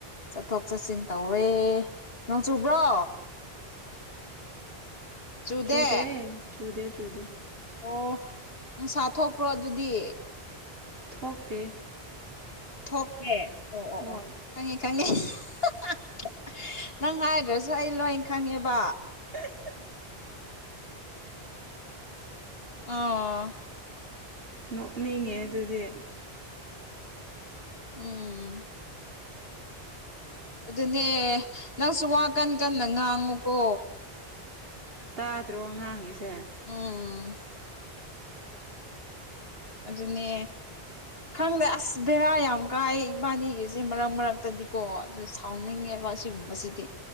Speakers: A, on the left; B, on the right.
A: ꯆꯠꯊꯣꯛ ꯆꯠꯁꯤꯟ ꯇꯧꯋꯦ ꯅꯣꯡ ꯆꯨꯕ꯭ꯔꯣ ꯆꯨꯗꯦ
B: ꯆꯨꯗꯦꯌꯦ ꯆꯨꯗꯦ ꯆꯨꯗꯦ
A: ꯑꯣ ꯅꯨꯡꯁꯥ ꯊꯣꯛꯄ꯭ꯔꯣ ꯑꯗꯨꯗꯤ
B: ꯊꯣꯛꯇꯦ
A: ꯊꯣꯛꯇ꯭ꯔꯦ ꯑꯣ ꯑꯣ
B: ꯍꯣꯏ
A: ꯑꯣ ꯈꯪꯉꯦ ꯈꯪꯉ__ ꯈꯪꯉꯦ <unintelligible> ꯅꯪ ꯍꯥꯏꯗ꯭ꯔꯁꯨ ꯑꯩ ꯂꯣꯏꯅ ꯈꯪꯉꯦꯕ
B: <unintelligible>
A: ꯑꯣ
B: ꯅꯣꯛꯅꯤꯡꯉꯦ ꯑꯗꯨꯗꯤ
A: ꯎꯝ ꯑꯗꯨꯅꯦ ꯅꯪꯁꯨ ꯋꯥ ꯀꯟ ꯀꯟꯅ ꯉꯥꯡꯉꯨꯀꯣ
B: ꯇꯥꯗ꯭ꯔꯣ ꯉꯥꯡꯉꯤꯁꯦ
A: ꯎꯝ ꯑꯗꯨꯅꯦ ꯈꯪꯗꯦ ꯑꯁ ꯕꯦꯔꯥ ꯌꯥꯝ ꯀꯥꯏꯑꯦ ꯏꯕꯥꯅꯤꯒꯤꯁꯦ ꯃꯔꯛ ꯃꯔꯛꯇꯗꯤ ꯀꯣ ꯑꯗꯨ ꯁꯥꯎꯅꯤꯡꯉꯦꯕ ꯑꯁꯤꯒꯨꯝꯕꯁꯤꯗꯤ